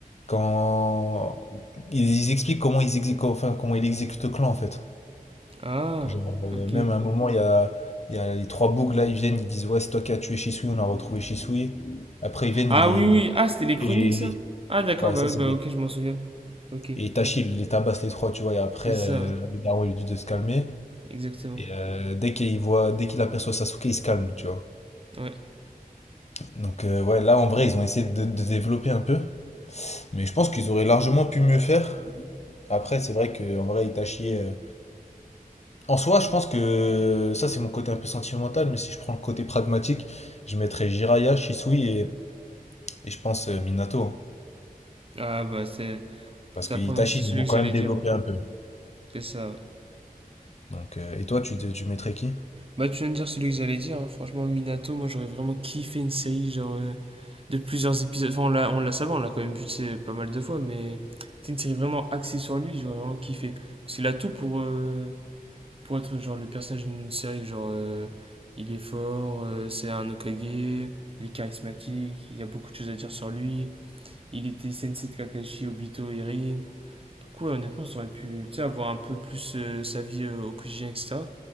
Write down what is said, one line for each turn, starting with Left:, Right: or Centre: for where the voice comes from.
Left: quand ils ils expliquent comment ils exé- enfin, comment il exécute le clan en fait.
Right: Ah,
Left: Je vois. Euh,
Right: ok.
Left: même à un moment, il y a, il y a les trois bougs là, ils viennent, ils disent ouais, c'est toi qui as tué Shisui, on a retrouvé Shisui. Après, ils viennent,
Right: Ah
Left: ils,
Right: oui oui, ah c'était les chroniques
Left: ils,
Right: ça. Ah d'accord,
Left: Ouais,
Right: bah
Left: ça
Right: oui,
Left: c'est
Right: bah
Left: les...
Right: ok, je m'en souviens. Ok.
Left: Et Itachi, il les tabasse les trois, tu vois, et après,
Right: C'est ça,
Left: euh,
Right: ouais.
Left: le daron il lui dit de se calmer.
Right: exactement.
Left: Et euh, dès qu'il voit, dès qu'il aperçoit Sasuke, il se calme, tu vois.
Right: Ouais.
Left: Donc euh, ouais, là en vrai, ils ont essayé de, de développer un peu. Mais je pense qu'ils auraient largement pu mieux faire. Après, c'est vrai que en vrai, Itachi... euh, En soi, je pense que ça c'est mon côté un peu sentimental, mais si je prends le côté pragmatique, je mettrais Jiraiya, Shisui et, et je pense euh, Minato. hein.
Right: Ah bah c'est...
Left: Parce
Right: T'as
Left: que
Right: prononcé
Left: Itachi, ils
Right: celui
Left: vont
Right: que
Left: quand
Right: j'allais
Left: même développer
Right: dire, ouais.
Left: un peu.
Right: C'est ça, ouais.
Left: Donc, euh, et toi, tu, tu mettrais qui?
Right: Bah tu viens de dire celui que j'allais dire, hein. Franchement, Minato, moi j'aurais vraiment kiffé une série genre euh, de plusieurs épisodes. Enfin, on l'a, on l'a ça va, on l'a quand même vu tu sais, pas mal de fois, mais c'est une série vraiment axée sur lui, j'aurais vraiment kiffé. Parce qu'il a tout pour, euh, pour être genre le personnage d'une série, genre euh, il est fort, euh, c'est un Hokage il est charismatique, il y a beaucoup de choses à dire sur lui. Il était Sensei de Kakashi, Obito, Irin Donc ouais, honnêtement, ça aurait pu, tu sais, avoir un peu plus euh, sa vie euh, au quotidien, etc.